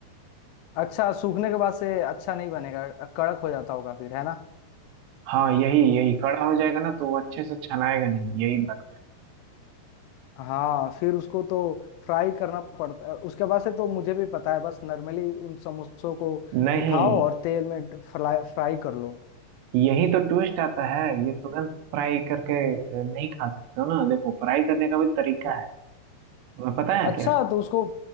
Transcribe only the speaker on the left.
अच्छा सूखने के बाद से अच्छा नहीं बनेगा कड़क हो जाता होगा फिर है ना
हाँ फिर उसको तो फ्राई करना पड़ता है उसके बाद से तो मुझे भी पता है बस नॉर्मली उन समोसों को
उठाओ और तेल में फ्राई फ्राई कर लो
अ-
अच्छा
तो उसको